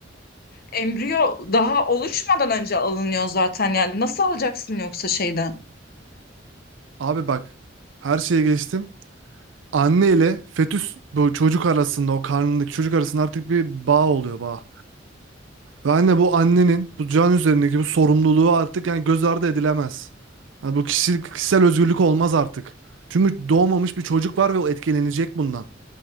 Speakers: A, on the left; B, on the right.
A: Embriyo daha oluşmadan önce alınıyor zaten yani. Nasıl alacaksın yoksa şeyden?
B: Abi bak her şeye geçtim. Anne ile fetüs bu çocuk arasında o karnındaki çocuk arasında artık bir bağ oluyor bağ. Ve anne bu annenin bu can üzerindeki bu sorumluluğu artık yani göz ardı edilemez. Yani bu kişilik, kişisel özgürlük olmaz artık. Çünkü doğmamış bir çocuk var ve o etkilenecek bundan.